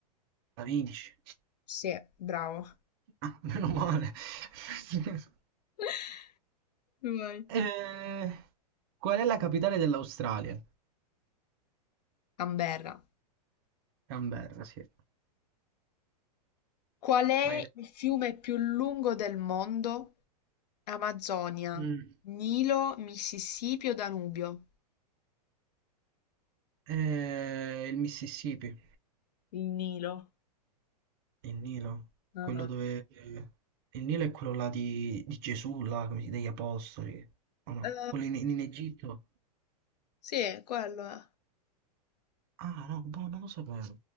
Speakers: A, on the right; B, on the left.
A: La vinci. <laughs>
B: Sì, bravo.
A: Ah, meno male. <laughs>
B: <laughs> Vai.
A: Eh, qual è la capitale dell'Australia?
B: Canberra.
A: Canberra, sì.
B: Qual è
A: Vai te.
B: il fiume più lungo del mondo? Amazzonia,
A: Mm.
B: Nilo, Mississippi o Danubio?
A: Eh, il Mississippi.
B: Il Nilo.
A: Il Nilo.
B: Ah,
A: Quello dove... eh, Il Nilo è quello là di, di Gesù, là, come si- degli apostoli. O no?
B: Eh,
A: Quello in in Egitto.
B: sì, quello è.
A: Ah, no, boh, non lo sapevo.